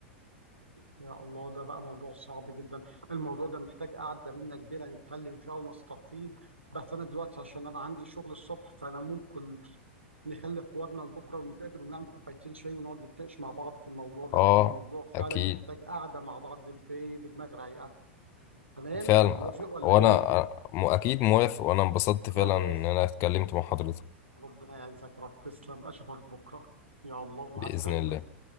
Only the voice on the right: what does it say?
يا الله ده بقى موضوع صعب جدا الموضوع ده محتاج قعدة منا كبيرة نتكلم فيها ونستفيض بس أنا دلوقتي عشان أنا عندي شغل الصبح فأنا ممكن نخلي حوارنا لبكرة ونتقابل ونعمل كوبايتين شاي ونقعد نتناقش مع بعض في الموضوع ده
لأن الموضوع فعلا
محتاج قعدة مع بعض ب- بدماغ رايقة تمام
موافق ولا
إيه؟
خلاص
ربنا يعزك يا رب تسلم أشوفك بكرة يا الله
مع السلامة